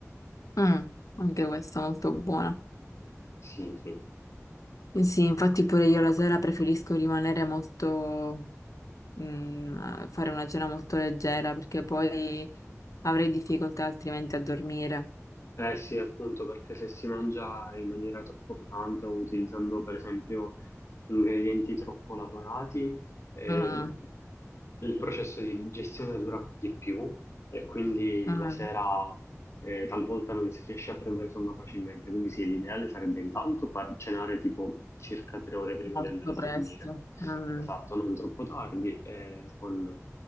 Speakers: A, on the left; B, on the left.
A: mm. Anche questo molto buono.
B: Sì, sì.
A: Eh Sì, infatti pure io la sera preferisco rimanere molto, mm, a fare una cena molto leggera perché poi avrei difficoltà altrimenti a dormire.
B: Eh sì, appunto, perché se si mangia in maniera troppo pesante o utilizzando per esempio ingredienti troppo lavorati, eh,
A: Mm,
B: il processo di digestione dura di più e quindi
A: mm.
B: la sera eh, talvolta non si riesce a prendere sonno facilmente, quindi sì, l'ideale sarebbe intanto far cenare tipo circa tre ore prima
A: Molto
B: di andare a
A: presto.
B: dormire,
A: Mm,
B: esatto, non troppo tardi, eh, con